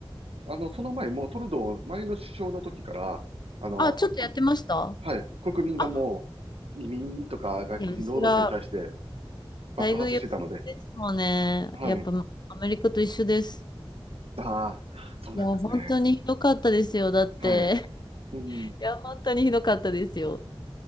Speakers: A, on the right (about 85°); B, on the left (about 50°).
A: あの、その前、もうトルドー、前の首相の時から、あの、
B: あ、ちょっとやってました
A: こ、はい、国民がも
B: あ、
A: う、移民とか外国人労働者に対して
B: いや、そら、
A: 爆発してたので、
B: 待遇良すぎですもんね。
A: はい。
B: やっぱ、アメリカと一緒です。
A: ああ、そうなんですね。
B: いや、本当にひどかったですよ。だって、
A: はい。うん、
B: いや、本当にひどかったですよ。